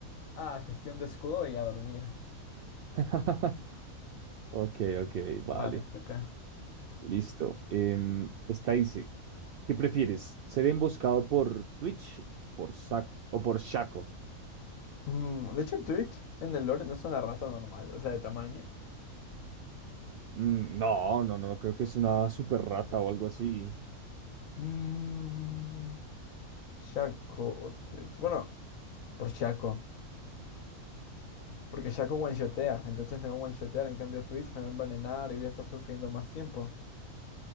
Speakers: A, on the left (about 65°); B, on the right (about 80°).
A: Ah, gestión de escudo y a dormir.
B: <laughs> Ok, ok, vale.
A: Va, te toca.
B: Listo. Em, esta dice, ¿qué prefieres? ¿Ser emboscado por Twitch por Saco, o por Shaco?
A: Mm, de hecho, Twitch en el lore no es una rata normal, o sea, de tamaño.
B: Mm, no, no, no, creo que es una super rata o algo así.
A: Mm, Shaco o Twitch. Bueno, por Shaco. Porque Shaco one-shotea. Entonces me va a one-shotear. En cambio, Twitch me va a envenenar y voy a estar sufriendo más tiempo.